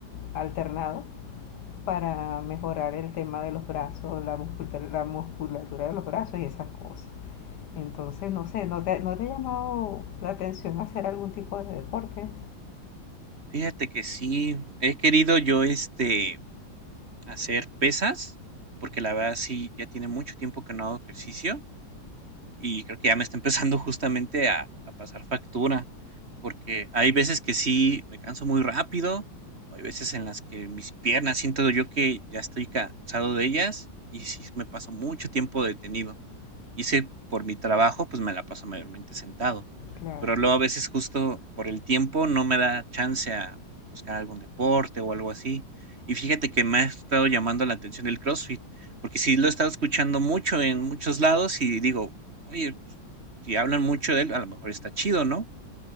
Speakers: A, on the left (about 65°); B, on the right (about 35°).
A: alternado para mejorar el tema de los brazos, la musculatura, la musculatura de los brazos y esas cosas. Entonces, no sé, ¿no te, ¿no te ha llamado la atención hacer algún tipo de deporte?
B: Fíjate que sí, he querido yo este hacer pesas, porque la verdad sí, ya tiene mucho tiempo que no hago ejercicio y creo que ya me está empezando <laughs> justamente a, a pasar factura, porque hay veces que sí me canso muy rápido, o hay veces en las que mis piernas siento yo que ya estoy cansado de ellas y sí me paso mucho tiempo detenido. Y si por mi trabajo, pues me la paso mayormente sentado.
A: Claro,
B: Pero luego a veces justo por el tiempo no me da chance a buscar algún deporte o algo así. Y fíjate que me ha estado llamando la atención el CrossFit, porque sí lo he estado escuchando mucho en muchos lados y digo, oye, pues, si hablan mucho de él, a lo mejor está chido, ¿no?